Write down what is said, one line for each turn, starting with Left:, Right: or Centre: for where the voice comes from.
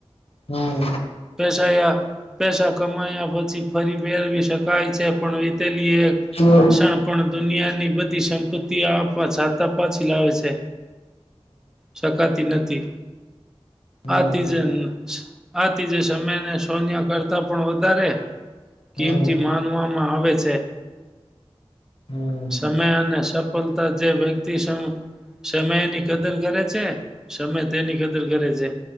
Left: હમ
Centre: પસા યા. પેસા કમાયા પછી ફરી વાર વીશ કાય છે પણ રીતેલ એ
Left: હમ
Centre: ક્ષણપ દુનિયાની બધ સંપત્તિ આપા છાતા પાછી લાવે છે. શકાતી નથી.
Left: હમ
Centre: આ તીજ ન આતીજે સમે સોનિયા કરતા પણ વધારે કિમતી
Left: હમ
Centre: માનવા. માં આવે છે.
Left: હમ
Centre: સમય અને સપ ફતા જે વ્યક્તિ સમ સમય ની કદર કરે છે. સમય તેની કદર કરે છે.